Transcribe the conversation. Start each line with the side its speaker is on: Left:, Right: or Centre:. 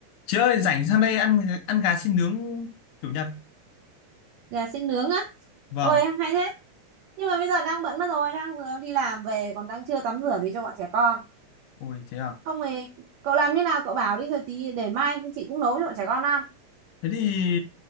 Left: Chị ơi, rảnh sang đây ăn ăn gà xiên nướng kiểu Nhật.
Right: gà xin nướng á
Left: Vâng.
Right: ôi hay thế nhưng mà bây giờ đang bận mất rồi đang vừa đi làm về còn đang chưa tắm rửa gì cho bọn trẻ con
Left: Ôi thế à.
Right: không thì cậu làm như nào cậu bảo đi rồi tí để mai chị cũng nấu cho bọn trẻ con ăn
Left: Thế thì